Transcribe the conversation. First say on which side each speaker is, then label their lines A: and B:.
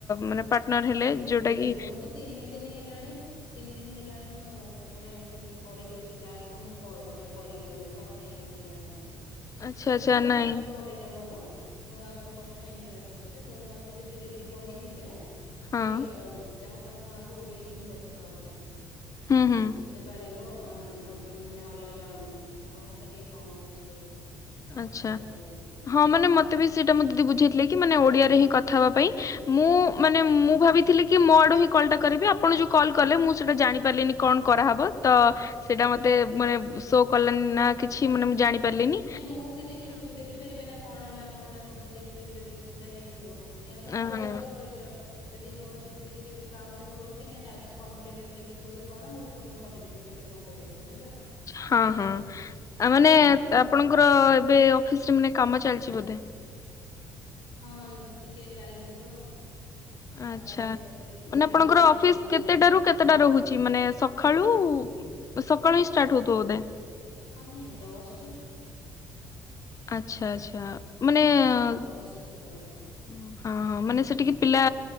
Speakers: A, on the left; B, on the left.
A: ମାନେ ପାର୍ଟନର ହେଲେ
B: ହୁଁ
A: ଯୋଉଟା
B: ବୁଝି
A: କି
B: ମୁଁ ତ ତିନି ଦିନି ହେଲାଣି। ତିନି ଦିନ ହେଲାଣି ମୁଁ ମାନେ ସେମିତି ପଢିକି ଅଛି ଟ୍ୟାକ୍ସ ମୁଁ କ-ତା କରିପାରୁନି କଥା ହେଇ ପାରୁନି କାହା ସାଙ୍ଗରେ
A: ଆଚ୍ଛା
B: ମୁଁ
A: ଆଚ୍ଛା
B: ବି ପ୍ରଥମ
A: ନାଇଁ
B: କଲ୍ ଏଟା ମୋର ମୋ ଆଗରୁ କଥା ହେଇନି କାହା ସ ସାଙ୍ଗରେ ବଟ୍ ମତେ ଯଦି ଦିଦି କହିଥିଲେ
A: ହଁ
B: କି ଯାହା କଥା ହବ ଓଡ଼ିଆରେ ହିଁ କଥା ହବ ସବୁ
A: ହୁଁ ହୁଁ
B: ଯେତେ ପାରିବ ଅ-ଅ-ମାନେ ଅଲଗା ଅଲଗା ଭାଷା ଟିକେ କମ୍ ୟୁଜ୍ କରିବ।
A: ଆଚ୍ଛା
B: ଅଧିକ କହିବନି
A: ହଁ ମାନେ
B: ହୁଁ
A: ମତେ ବି ସେଇଟା ମୋ ଦିଦି ବୁଝେଇଥିଲେ କି ମାନେ ଓଡିଆରେ ହିଁ କଥା ହବା ପାଇଁ। ମୁଁ ମାନେ ମୁଁ ଭାବିଥିଲି କି ମୋ ଆଡୁ ହିଁ କଲ୍ ଟା କରିବି ଆପଣ ଯୋଉ କଲ୍ କଲେ ମୁଁ ସେଇଟା ଜାଣି ପାରିଲିନି। କଣ କରାହବ ତ ସେଇଟା ମତେ ମାନେ ସୋ କଲାନି ନା କିଛି ମାନେ ମୁଁ ଜାଣି ପାରିଲିନି।
B: ନାଇଁ ମୁଁ ବି ଦେଖିବି ଦେଖିପାରିବେନା କଣ ହେଲା କଣ ନା ମୁଁ ମାନେ ଦେଖିଦେବି ଯଦି ସେଇଟା ହେଇଥିବ। <unintelligible> ତମେ
A: ହଁ
B: ତ ଏବେ କଲ୍ କରିଚ। ଯଦି ମୋର ସେମିତି କିଛି କାଉଣ୍ଟ ହବ କି ନାଇଁ ଟାକ୍ସ କମ୍ପ୍ଲିଟ ଲେଖିବ କି କଣ ମୁଁ ବି ତମକୁ କହିଦେବି କେମିତି କଣ କରିବାକୁ ବୁଝି
A: ହଁ ହଁ ଆ ମାନେ
B: ହୁଁ
A: ଆପଣଙ୍କ ଏବେ ଅଫିସ୍ ରେ ମାନେ କାମ ଚାଲିଛି ବୋଧେ।
B: ହଁ ଟିକେ ଚାଲିଚି ତ
A: ଆଚ୍ଛା
B: ତାପରେ ଏବେ
A: ମାନେ
B: ବି
A: ଆପଣଙ୍କର
B: ଲଞ୍ଚ ଟାଇମ୍
A: ଅଫିସ୍
B: ହବ ଆମେ
A: କେତେଟାରୁ
B: ଟିକେ ଯିବୁ
A: କେତେଟା ରହୁଚି? ମାନେ ସଖାଳୁ ସକାଳୁ ହିଁ ଷ୍ଟାଟ ହଉଥୁବ ବୋଧେ।
B: ହଁ ନାଇଁ ଦଶ୍ ରୁ ଛଅ।
A: ଆଚ୍ଛା ଆଚ୍ଛା। ମାନେ ହଁ
B: ହଁ ଦଶ ରୁ ଛଅ ରହୁଛି
A: ହଁ ମାନେ ସେଠିକି ପିଲା